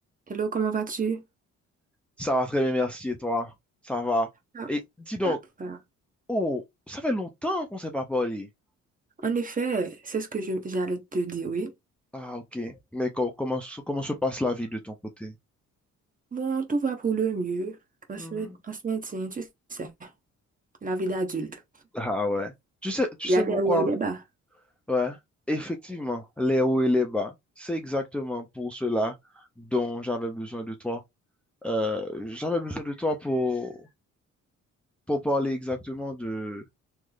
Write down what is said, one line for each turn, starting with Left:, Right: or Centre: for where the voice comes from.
Right: Hello, comment vas-tu?
Centre: Ça va très bien, merci. Et toi? Ça va.
Right: Ah,
Centre: Et dis donc,
Right: Ah, ah.
Centre: oh, ça fait longtemps qu'on ne s'est pas parlé.
Right: En effet, c'est ce que je- j'allais te dire, oui.
Centre: Ah, ok. Mais co- comment, se- comment se passe la vie de ton côté?
Right: Bon, tout va pour le mieux. On
Centre: Hmm.
Right: se, met- on se maintient, tu sais, la vie d'adulte.
Centre: Ah ouais. Tu sais, tu
Right: Il
Centre: sais
Right: y a des
Centre: pourquoi?
Right: hauts et des bas.
Centre: Ouais. Effectivement, les hauts et les bas. C'est exactement pour cela dont j'avais besoin de toi. Euh, j'avais besoin de toi pour, pour parler exactement de,